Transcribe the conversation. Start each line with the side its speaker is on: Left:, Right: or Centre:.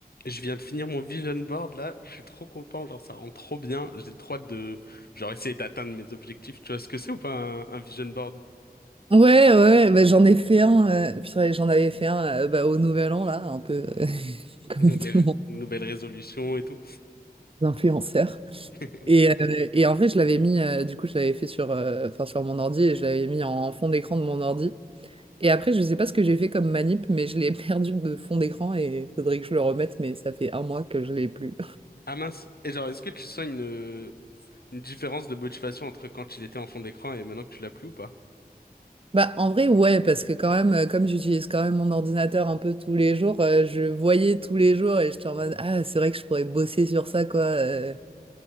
Left: Je viens de finir mon vision board là, je suis trop content, genre ça rend trop bien, j'ai trop hâte de genre essayer d'atteindre mes objectifs. Tu vois ce que c'est ou pas un, un vision board?
Right: Ouais, ouais, bah, j'en ai fait un. euh, purée, j'en avais fait un euh, bah, au Nouvel An, là, un peu euh,
Left: <laughs>
Right: <laughs> comme
Left: Les
Right: tout le
Left: r-
Right: monde,
Left: nouvelles résolutions et tout.
Right: les influenceurs.
Left: <laughs>
Right: Et, euh, et en vrai, je l'avais mis, euh, du coup, je l'avais fait sur, euh, enfin, sur mon ordi et je l'avais mis en fond d'écran de mon ordi. Et après, je sais pas ce que j'ai fait comme manip, mais je l'ai <laughs> perdu de fond d'écran et faudrait que je le remette, mais ça fait un mois que je l'ai plus.
Left: Ah mince. Et genre est-ce que tu sens une, euh, une différence de motivation entre quand il était en fond d'écran et maintenant que tu l'as plus ou pas?
Right: Bah, en vrai, ouais, parce que quand même, euh, comme j'utilise quand même mon ordinateur un peu tous les jours, euh, je voyais tous les jours et j'étais en mode, ah, c'est vrai que je pourrais bosser sur ça, quoi. euh,